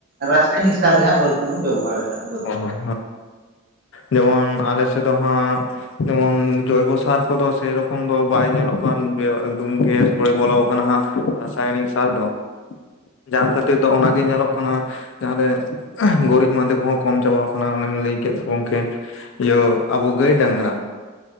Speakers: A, on the right (about 45°); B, on the left (about 60°).
A: ᱨᱟᱥᱟᱭᱱᱤᱠ ᱥᱟᱨ ᱜᱮ ᱦᱟᱸᱜ ᱵᱟᱹᱲᱛᱤ ᱵᱚᱱ ᱵᱮᱵᱚᱦᱟᱨᱮᱫ ᱮᱫᱟ᱾ ᱦᱟᱸᱜ ᱵᱟᱹᱫᱽ
B: ᱦᱳᱭ
A: ᱠᱚᱨᱮ
B: ᱡᱮᱢᱚᱱ ᱟᱞᱮᱥᱮᱫ ᱫᱚ ᱦᱟᱸᱜᱼᱼ ᱡᱮᱢᱚᱱ ᱡᱚᱭᱵᱚ ᱥᱟᱨ ᱠᱚᱫᱚ ᱥᱮᱨᱚᱠᱚᱢ ᱫᱚ ᱵᱟᱭ ᱧᱮᱞᱚᱜ ᱠᱟᱱ ᱜᱮ ᱮᱠᱫᱚᱢ ᱜᱮᱥ ᱥᱮ ᱵᱚᱞᱚ ᱟᱠᱟᱱᱟ ᱦᱟᱸᱜ ᱨᱟᱥᱟᱭᱚᱱᱤᱠ ᱥᱟᱨ ᱫᱚ ᱡᱟᱦᱟᱸ ᱠᱷᱟᱹᱛᱤᱨ ᱫᱚ ᱚᱱᱟᱜ ᱜᱮ ᱧᱮᱞᱚᱜ ᱠᱟᱱᱟ ᱡᱟᱦᱟᱸᱨᱮ ᱜᱩᱨᱤᱡ ᱢᱟᱸᱫᱮ ᱠᱚᱦᱚᱸᱼᱼ ᱠᱚᱢ ᱪᱟᱵᱟᱣ ᱟᱠᱟᱱᱟ ᱚᱱᱟᱮᱢ ᱞᱟᱹᱭ ᱠᱮᱫ ᱛᱟᱵᱚᱢᱠᱮ ᱤᱭᱟᱹ ᱟᱵᱚ ᱜᱟᱹᱭ ᱰᱟᱝᱨᱟ